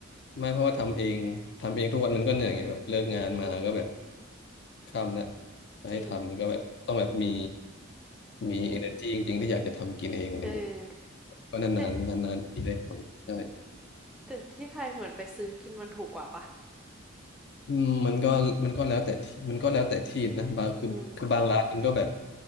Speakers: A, on the left; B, in the centre.
A: ไม่เพราะว่าทำเองทำเองทุกวันมันก็เหนื่อยไงแบบเลิกงานมาก็แบบ
B: อืม
A: ค่ำแล้วจะให้ทำมันก็แบบต้องแบบมี
B: จริง
A: มี energy จริงๆ ที่อยากจะทำกินเองอะไรเงี้ย
B: เออ
A: ก็นานๆนานๆทีได้ทำใช่
B: แต่แต่ที่ไทยเหมือนไปซื้อกินมันถูกกว่าปะ
A: อืมมันก็มันก็แล้วแต่ที่มันก็แล้วแต่ที่นะบางคือคือบางร้านมันก็แบบ
B: อืม